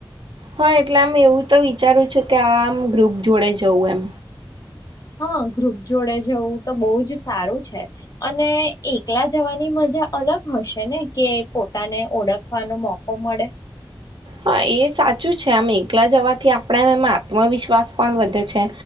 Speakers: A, on the right; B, on the left.
A: હા, એટલે આમ એવું તો વિચારું છેું કે આમ ગ્રુપ જોડે જવું એમ.
B: હા ગ્રુપ જોડે જવું તો બહુ જ સારું છે અને એકલા જવાની મ જા અલગ હશે ને કે પોતાને ઓળખવાનો મોકો મળે.
A: હા, એ સાચું છે આમ એકલા જવાથી આપણા એમાં આત્મવિશ્વાસ પણ વધે છે.